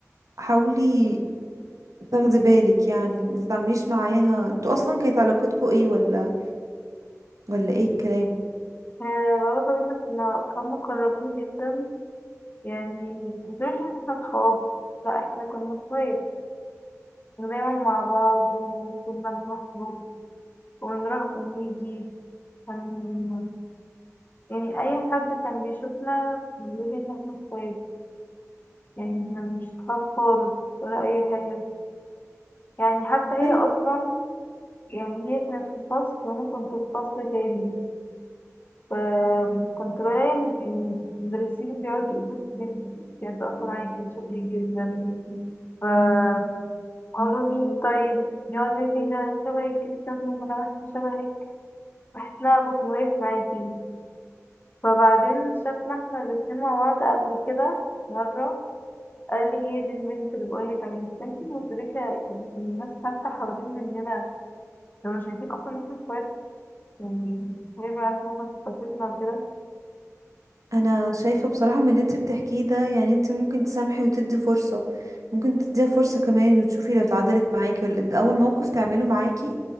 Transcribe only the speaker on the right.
حاولي تاخدي بالك يعني ما تتعامليش معاها انتوا اصلا كانت علاقتكوا ايه ولا ولا ايه الكلام
طيب
انا شايفة بصراحة من اللي انت بتحكيه ده يعني انت ممكن تسامحي وتدي فرصة ممكن تديها فرصة كمان وتشوفي لو اتعدلت معاكي ولا ده اول موقف تعمله معاكي